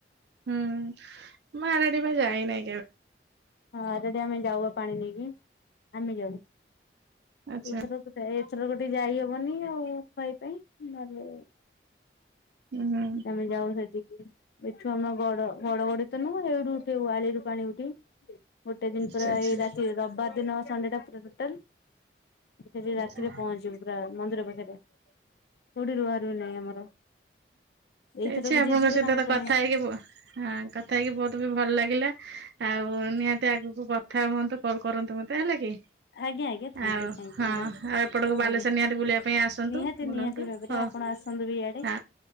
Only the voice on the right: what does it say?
ହୁଁ ମୁ ଆରେଡି ପାଇଁ ଯାଇନହିଁ।
ଆଚ୍ଛା
ହୁଁ।
ଆଚ୍ଛା
ଆଚ୍ଛା
ଆଚ୍ଛା
ଏଛି ଆପଣଙ୍କ
ସହିତ
ତ
କଥା ହେଇକି ପୁଅ। ହଁ କଥା ହେଇକି ବହୁତ ବି ଭଲ ଲାଗିଲା ଆଉ ନିହାତି ତି ମୋତେ ଆଗକୁ କଥା ହୁଅନ୍ତୁ କଲ୍ କରନ୍ତୁ ମତେ ହେଲା କି।
ଆଉ
ହଁ
ଆଉ ଏପଟକୁ ବାଲେଶ୍ୱର
ନିହାତି ବୁଲିବା ପାଇଁ ଆସନ୍ତୁ
ବୁଲନ୍ତୁ
ହଁ।
ହଁ